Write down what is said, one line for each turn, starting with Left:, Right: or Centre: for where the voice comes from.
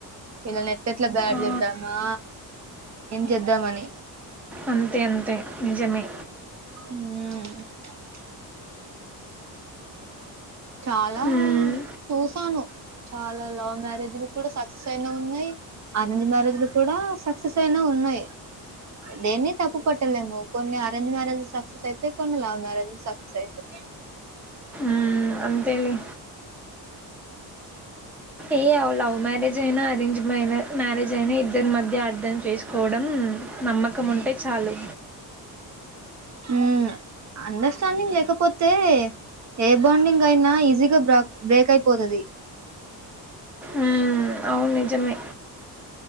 Right: వీళ్ళ నేట్లాట్లా బ్యాడ్
Centre: ఆ,
Right: చేద్దామా ఏం చేద్దామని
Centre: అంతే అంతే నిజమే
Right: ఉమ్ చాలా
Centre: మ్మ్.
Right: చూసాను చాలా లవ్ మ్యారేజ్ కూడా సక్సెస్ అయినా ఉన్నాయి అరేంజ్ మ్యారేజ్లు కూడా సక్సెస్ అయినా ఉన్నాయి దేన్ని తప్పు పట్టలేమో కొన్ని అరేంజ్ మ్యారేజ్స్ సక్సెస్ అయితేయి కొన్ని లవ్ మ్యారేజ్స్ సక్సెస్ అయితాయి
Centre: ఊ అంతేలే ఏ అవులావు మ్యారేజ్ అయినా అరేంజ్ మ్యారేజ్ అయినా ఇద్దరి మధ్య అర్థం చేసుకోవడం నమ్మకం ఉ అంటే చాలు
Right: హ అండర్స్టాండింగ్ లేకపోతే ఏ బాండింగ్ అయినా ఈజీగా బ బ్రేక్ అయిపోతుది
Centre: మ్మ్. అవును నిజమే